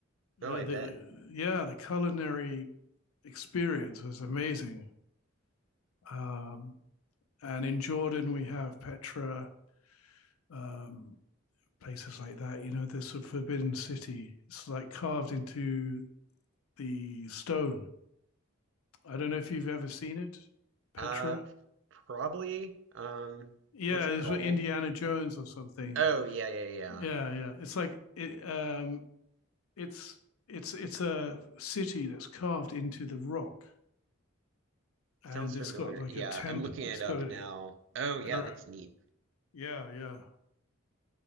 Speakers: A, on the right (about 60°); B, on the left (about 85°).
A: Oh,
B: Uh,
A: I
B: the,
A: bet.
B: the, yeah, the culinary experience was amazing. Um, and in Jordan, we have Petra, um, places like that. You know, this Forbidden City. It's like carved into the stone. I don't know if you've ever seen it, Petra.
A: Uh probably um
B: Yeah,
A: what's it
B: it's
A: called?
B: for Indiana Jones or something.
A: Oh, yeah, yeah, yeah.
B: Yeah, yeah. It's like it, um, it's it's it's a city that's carved into the rock,
A: Sounds
B: and
A: familiar.
B: it's got like
A: Yeah,
B: a temp.
A: I'm looking
B: It's
A: it up
B: got a,
A: now. Oh, yeah,
B: a
A: that's neat.
B: Yeah, yeah.